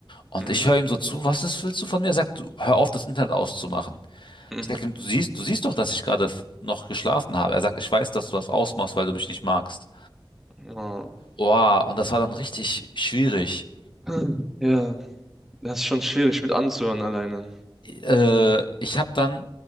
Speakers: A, on the left (about 60°); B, in the centre.
A: Und
B: Mhm.
A: ich höre ihm so zu, was ist, willst du von mir? Er sagt, du, hör auf, das Internet auszumachen.
B: <laughs>
A: Ich sage ihm, du siehst, du siehst doch, dass ich gerade f- noch geschlafen habe. Er sagt, ich weiß, dass du das ausmachst, weil du mich nicht magst.
B: Mhm. Oh.
A: Wow, und das war dann richtig schwierig.
B: Hm. <clears throat> Ja, das ist schon schwierig mit anzuhören alleine.
A: Äh, ich habe dann